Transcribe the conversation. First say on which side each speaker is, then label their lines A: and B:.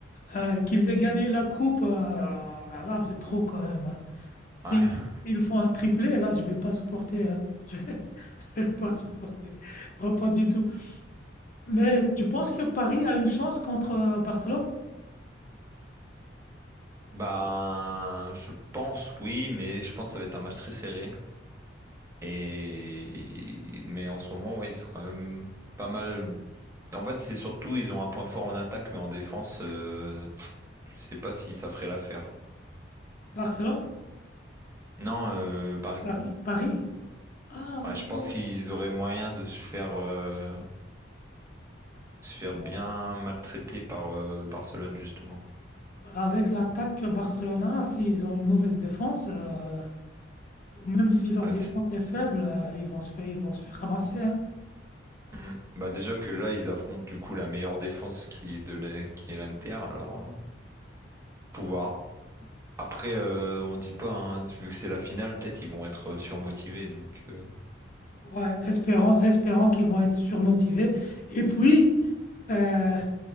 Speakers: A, on the left; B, on the right.
A: euh, qu'ils aient gagné la coupe, euh, alors là, là, c'est trop quand même. hein. Si
B: Ouais. <laughs>
A: ils font un triplé, là, je vais pas supporter. hein. <laughs> Je vais je vais pas supporter. Oh, pas du tout. Mais tu penses que Paris a une chance contre euh, Barcelone?
B: Bah, je pense oui, mais je pense que ça va être un match très serré. Et mais en ce moment, ouais, ils sont quand même pas mal. En fait, c'est surtout ils ont un point fort en attaque, mais en défense, euh, je sais pas si ça ferait l'affaire.
A: Barcelone?
B: Non, euh, Paris.
A: Paris? Paris. Ah,
B: Ouais,
A: ok.
B: je pense qu'ils auraient moyen de se faire euh, se faire
A: Bon.
B: bien maltraiter par euh, Barcelone justement.
A: Avec l'attaque Barcelona, s'ils ont une mauvaise défense, euh, Même si leur
B: Ouais,
A: défense est faible, euh, ils vont se faire, ils vont se faire ramasser. hein.
B: Mm. Bah déjà que là, ils affrontent du coup la meilleure défense qui est, de la- qui est l'Inter, alors euh, pouvoir. Après, euh, on dit pas, hein, vu que c'est la finale, peut-être ils vont être euh, surmotivés, donc euh,
A: Ouais, espérant, espérant qu'ils vont être surmotivés. Et puis, euh,